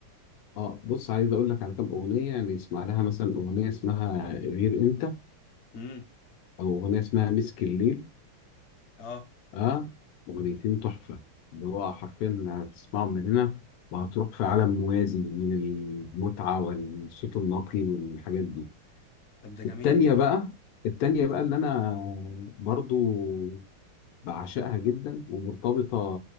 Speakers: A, on the left (about 85°); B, on the left (about 65°).
A: اه بص عايز اقول لك على كام اغنيه يعني اسمع لها مثلا اغنيه اسمها غير انت
B: امم
A: او اغنيه اسمها مسك الليل
B: اه
A: اه اغنيتين تحفه اللي هو حرفيا هتسمعهم من هنا وهتروح في عالم موازي من المتعه والصوت النقي والحاجات دي
B: طب ده جميل
A: التانيه بقى التانيه بقى اللي انا برضو بعشقها جدا ومرتبطه